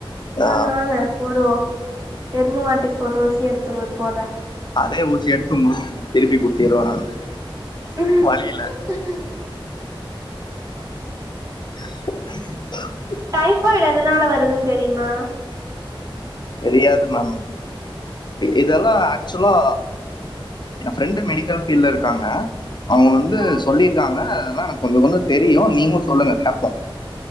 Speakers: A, on the right (about 35°); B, on the left (about 55°).
A: வாங்க
B: ஆ
A: வாங்க போடுவோம் எரும மாட்டுக்கு போடுற ஊசி எடுத்து உங்களுக்கு போடுறேன்
B: அதே ஊசி எடுத்து <unintelligible> திருப்பி குத்திடுவேன் நானு
A: உஹம்
B: வலியில
A: <unintelligible>
B: <inaudible>
A: டைபாய்டு எதுனால வருதுன்னு தெரியுமா
B: தெரியாது மேம் இதெல்லாம் ஆக்சுவலா என் பிரண்டு மெடிக்கல் பீல்டல இருக்காங்க அவுங்க வந்து
A: ஓகே
B: சொல்லியிருக்காங்க ஆனா எனக் கொஞ்சம் கொஞ்சம் தெரியும் நீங்களும் சொல்லுங்க கேப்போம்